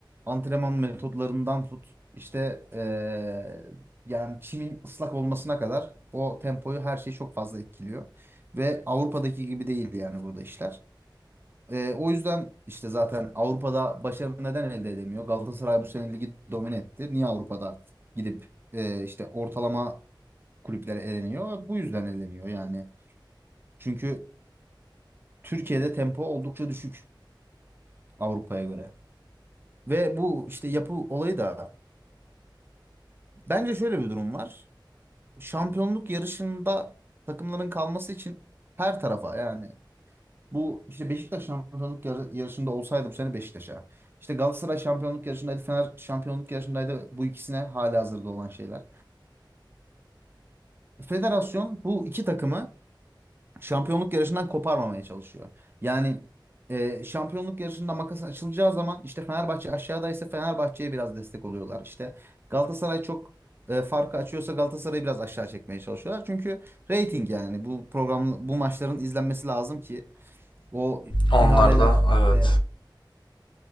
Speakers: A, on the right; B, on the left.
A: antrenman metodlarından tut, işte eee, yani çimin ıslak olmasına kadar o tempoyu her şey çok fazla etkiliyor. Ve Avrupa'daki gibi değil yani burada işler. Eee, o yüzden işte zaten Avrupa'da başarı neden elde edemiyor? Galatasaray bu sene ligi domine etti. Niye Avrupa'da gidip eee, işte ortalama kulüplere eleniyor? Bu yüzden eleniyor yani. Çünkü Türkiye'de tempo oldukça düşük Avrupa'ya göre. Ve bu işte yapı olayı da bence şöyle bir durum var. Şampiyonluk yarışında takımların kalması için her tarafa yani bu işte Beşiktaş şampiyonluk yarı- yarışında olsaydı bu sene Beşiktaş'a. İşte Galatasaray şampiyonluk yarışındaydı, Fener şampiyonluk yarışındaydı. Bu ikisine halihazırda olan şeyler. Federasyon bu iki takımı şampiyonluk yarışından koparmamaya çalışıyor. Yani e, şampiyonluk yarışında makas açılacağı zaman işte Fenerbahçe aşağıdaysa Fenerbahçe'ye biraz destek oluyorlar. İşte Galatasaray çok e, farkı açıyorsa Galatasaray'ı biraz aşağı çekmeye çalışıyorlar. Çünkü reyting yani bu program bu maçların izlenmesi lazım ki o
B: Onlar
A: ihaleler
B: da
A: işte
B: evet.